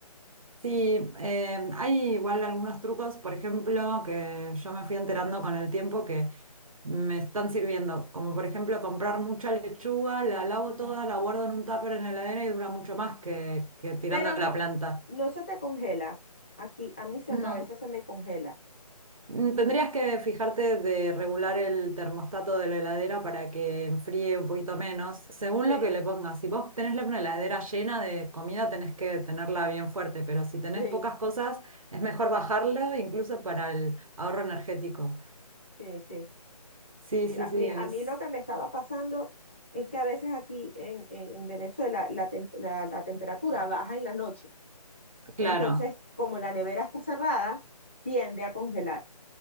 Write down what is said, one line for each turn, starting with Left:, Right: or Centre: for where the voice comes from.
Right: Sí, eh, hay igual algunos trucos, por ejemplo, que yo me fui enterando con el tiempo que me están sirviendo, como por ejemplo comprar mucha lechuga, la lavo
Left: Ujú.
Right: toda, la guardo en un tupper en la heladera y dura mucho más que, que tirando
Left: Pero
Right: a
Left: no,
Right: la planta.
Left: no se te congela. Aquí, a mí se,
Right: No.
Left: me- a veces se me congela.
Right: Mm, Tendrías que fijarte de regular el termostato de la heladera para que enfríe un poquito menos, según
Left: Sí,
Right: lo que le pongas. Si vos tenés la- una heladera llena de comida, tenés que tenerla bien fuerte, pero si tenés
Left: sí,
Right: pocas cosas, es mejor bajarlo incluso para el ahorro energético.
Left: sí, sí.
Right: Sí, sí,
Left: A
Right: sí,
Left: mí,
Right: es
Left: a mí lo que me estaba pasando es que a veces aquí en, en- en Venezuela la, tem- la- la temperatura baja en la noche.
Right: claro.
Left: Entonces, como la nevera está cerrada, tiende a congelar,